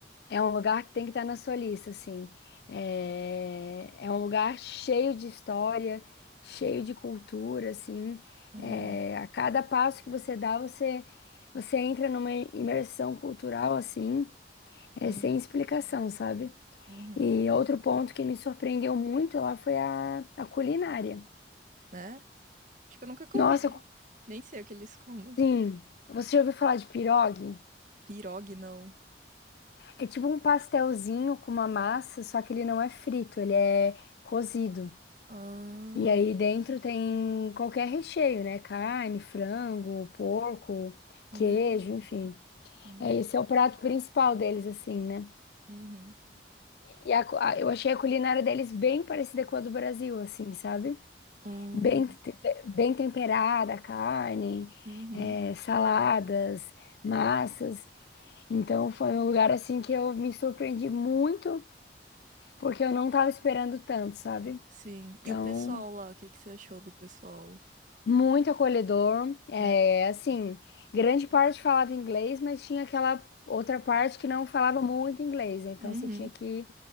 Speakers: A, on the left (about 65°); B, on the right (about 45°).
A: é um lugar que tem que estar na sua lista, assim. É, é um lugar cheio de história, cheio de cultura, assim.
B: Uhum.
A: É, a cada passo que você dá, você, você entra numa imersão cultural, assim, é,
B: Uhum.
A: sem explicação, sabe?
B: Uhum.
A: E outro ponto que me surpreendeu muito lá foi a, a culinária.
B: Né? Acho que eu nunca comi.
A: Nossa,
B: Nem sei o que eles comem.
A: sim, você já ouviu falar de pirogue?
B: Pirogue, não.
A: É tipo um pastelzinho com uma massa, só que ele não é frito, ele é cozido.
B: Ah.
A: E aí dentro tem qualquer recheio, né? Carne, frango, porco,
B: Hum.
A: queijo, enfim.
B: Hum.
A: É, esse é o prato principal deles, assim, né?
B: Uhum.
A: E a cu- a- eu achei a culinária deles bem parecida com a do Brasil, assim, sabe?
B: Hum.
A: Bem, te- bem temperada, a carne,
B: Uhum.
A: é, saladas, massas. Então foi um lugar assim que eu me surpreendi muito porque eu não tava esperando tanto, sabe?
B: Sim.
A: Então,
B: E o pessoal lá, o que que você achou do pessoal?
A: muito acolhedor. É,
B: né?
A: assim, grande parte falava inglês, mas tinha aquela outra parte que não falava muito inglês, né? Então
B: Uhum.
A: você tinha que